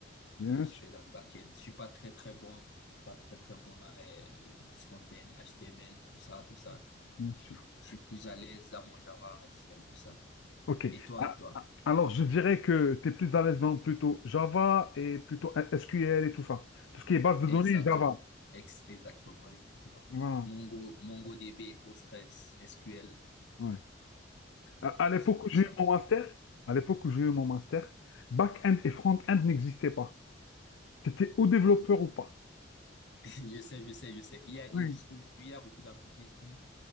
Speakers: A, on the left (about 80°); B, on the left (about 65°).
A: bien
B: oui, je
A: sûr,
B: fais dans le backend. Je suis pas très, très bon, je suis pas très, très bon dans les front-end, HTML, tout ça, tout ça.
A: bien sûr.
B: Je suis plus à l'aise dans mon Java. C'est un peu ça.
A: Ok.
B: Et toi,
A: A-
B: et toi?
A: a- Alors, je dirais que tu es plus à l'aise dans plutôt Java et plutôt SQL et tout ça. Tout ce qui est base de
B: Exactement.
A: données, Java.
B: Ex- Exactement, exactement.
A: Voilà.
B: Mongo, MongoDB, PostgreSQL,
A: Ouais. À, à l'époque
B: C'est un peu
A: où j'ai
B: ça.
A: eu mon master, à l'époque où j'ai eu mon master, back-end et front-end n'existaient pas. Tu étais ou développeur ou pas.
B: <laughs> Je sais, je sais, je sais. Il y a,
A: Oui.
B: et jusqu'aujourd'hui, il y a beaucoup d'entreprises qui,